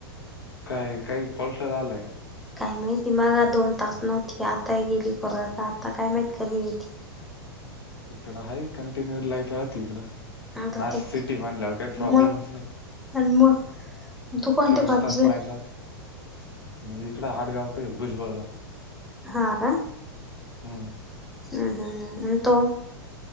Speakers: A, on the left; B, in the centre.
A: काही काही फॉल्ट झालाय का
B: काय माहिती मघा दोन तास नव्हती आता गेली परत आता आता काय माहित कधी येते
A: इकड हाय कटिन्यू लाईट राहती इकडं
B: आता
A: नाशिक
B: ते
A: सिटी म्हणल्यावर काही प्रॉब्लेमच
B: मग
A: नाही.
B: आणि मग तू कोणत्या
A: चोवीस
B: कॉलेजला
A: तास लाईट राहते मी इकड आडगावकड आहे भुजबळला.
B: हा का.
A: हम्म.
B: हम्म हम्म हम्म आणि तो?